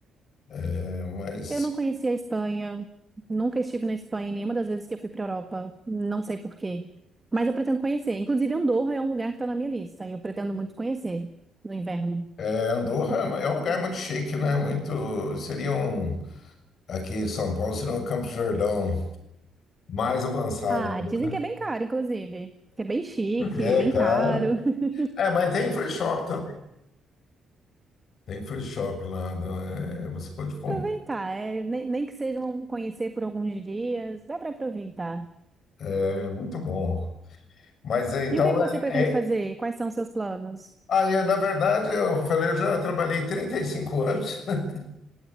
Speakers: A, on the left (about 60°); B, on the right (about 20°).
A: É, mas...
B: Eu não conhecia a Espanha, nunca estive na Espanha em nenhuma das vezes que eu fui para Europa, não sei por quê. Mas eu pretendo conhecer. Inclusive, Andorra é um lugar que está na minha lista e eu pretendo muito conhecer no inverno.
A: É, Andorra é um é um lugar muito chique, né? Muito. Seria um. Aqui em São Paulo seria um Campos do Jordão mais avançado.
B: Ah, dizem
A: né?
B: que é bem caro, inclusive, que é bem chique,
A: É,
B: bem
A: <laughs> é, claro.
B: caro. <laughs>
A: É, mas tem free shop também. Tem free shop lá. né? É, você pode comprar.
B: Aproveitar, é, nem, nem que sejam conhecer por alguns dias, dá para aproveitar.
A: É muito bom. Mas é, então.
B: E o que é que você pretende
A: É,
B: fazer?
A: é...
B: Quais são os seus planos?
A: Ah, eu, na verdade, eu falei, eu já trabalhei 35 anos. <laughs>